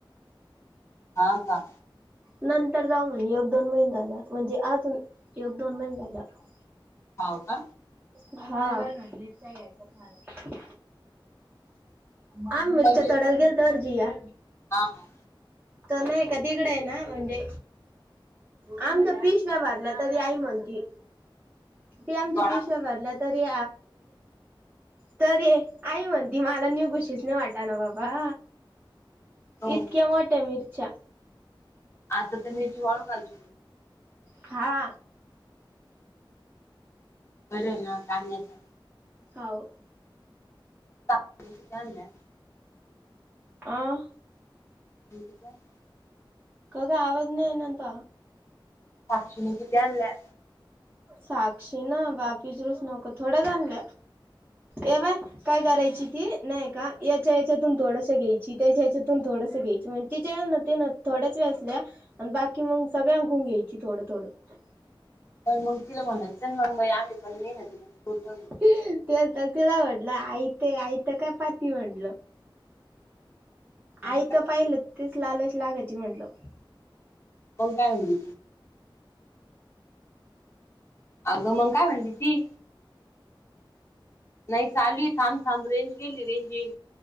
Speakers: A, on the left; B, on the right.
A: हा का
B: नंतर जाऊ म्हण ऐग दोन महिने झाल्या म्हणजे अजुन एकोग दोन महिने झालाव
A: हाव का
B: <unintelligible> हा म्हणज घ्यायच ख <unintelligible> आम मिरच्या
A: हा
B: तोडाला गेल तरर जिया
A: हा
B: तो नाही का दिगड आहे ना म्हणजे आमच्या पिशव्या भारला तरी आई म्हणती पी आमच्या
A: सोडा.
B: पिशव्या भरल्या तरी तर आई म्हणती मला न्यू गुशीस नाही वाटा ना बाबा
A: हो
B: इतक्या मोठ्या मिरच्या
A: आता तर मीरची वाळून काच
B: हा
A: बरं ना काम न <unintelligible>
B: हाव
A: त <inaudible>
B: अं
A: <unintelligible> <inaudible>
B: काग आवाज नाही येनंत
A: साक्षिणी किती आणललं?
B: साक्षी ना बाबीचरूस नको थोड्या जा आणल्या ए बाय काय करायची ती नाही का याच्या या्याच्यातून थोडस घ्यायची त्याच्या या्याच्यातून थोडसं घ्यायची म्हण तिच्या न ते ना थोड्याच वे्यासल्या आणि बाकी मग सगळ्या अंकून घ्यायची थोडं थोडं
A: पण मग तिला म्हणत मग म आ पण ये ना तिला नाही
B: तेग तिला वाटलं आई ते आईत काय पाती म्हणल आई
A: करणार
B: तर पाहिलं तेच लालश लागायची म्हटलं
A: कोण काय म्हणली? अगमंग काय म्हणली ती? नाही चालूय थांब थांब रेंज गेली रेंज येईल